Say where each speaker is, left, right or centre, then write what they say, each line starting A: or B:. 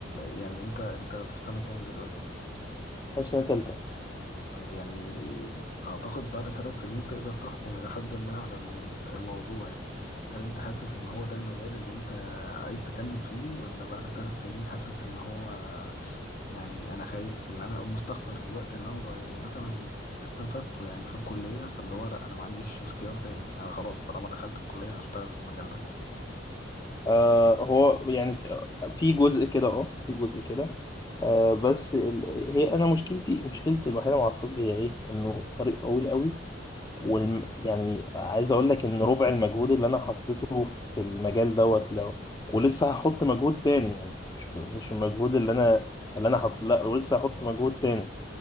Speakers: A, on the left; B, on the left.
A: يعني انت انت في سنة كام دلوقتي؟
B: حافز سنه تالته
A: طيب يعني اعتقد بعد ثلاث سنين تقدر تحكم الى حد ما على ال- الموضوع يعني هل انت حاسس ان هو ده المجال اللي انت عايز تكمل فيه ولا بعد ثلاث سنين حاسس ان هو يعني انا خايف ان انا اقوم مستخسر الوقت اللي انا ضايق مثلا استنفذته يعني في الكلية فاللي هو لا انا ما عنديش اختيار تاني انا خلاص طالما دخلت الكلية هشتغل في المجال ده
B: آه هو يعني في جزء كده اه في جزء كده آه بس ال... هي انا مشكلتي مشكلتي الوحيده مع الطب هي ايه انه طريق طويل قوي والم... يعني عايز اقول لك ان ربع المجهود اللي انا حطيته في المجال دوت لو ولسه هحط مجهود تاني يعني مش مش المجهود
A: أه،
B: اللي انا اللي انا
A: فاهم
B: حاطه
A: قصدي؟
B: لا ولسه هحط مجهود تاني